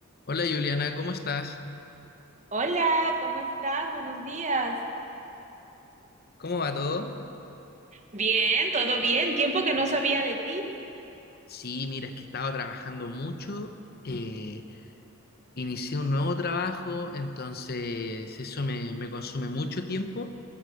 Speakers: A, on the left (about 45°); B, on the right (about 35°).
A: Hola Juliana, ¿cómo estás?
B: Hola, ¿cómo estás? Buenos días.
A: ¿Cómo va todo?
B: Bien, todo bien. Tiempo que no sabía de ti.
A: Sí, mira, es que estaba trabajando mucho, eh, inicié un nuevo trabajo, entonces eso me, me consume mucho tiempo